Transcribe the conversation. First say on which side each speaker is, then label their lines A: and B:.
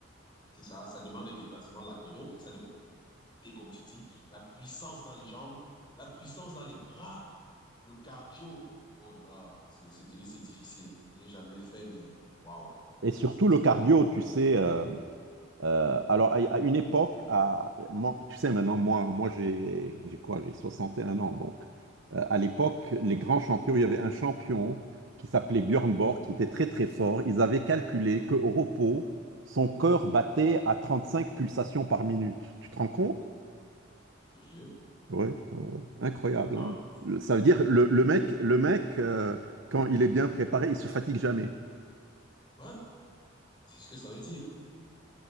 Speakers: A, on the left (about 25°); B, on the right (about 70°).
A: C'est ça, ça demande des déplacements latéraux, ça demande, comme tu dis, la puissance dans les jambes, la puissance dans les bras, le cardio. Oh là là, c'est, ce tennis, c'est difficile. J'ai jamais fait, mais waouh,
B: Et surtout
A: c'est un sport
B: le cardio, tu sais, euh, Euh, alors, à, à une époque, à, moi, tu sais, maintenant, moi, moi j'ai j'ai quoi? J'ai 61 ans. Donc, euh, à l'époque,
A: euh,
B: les grands champions, il y avait un champion qui s'appelait Björn Borg, qui était très, très fort. Ils avaient calculé qu'au repos, son cœur battait à 35 pulsations par minute. Tu te rends compte?
A: sérieux.
B: Oui, incroyable,
A: Hein.
B: hein? Le- Ça veut dire, le, le mec, le mec euh, quand il est bien préparé, il se fatigue jamais.
A: Ouais, c'est ce que ça veut dire.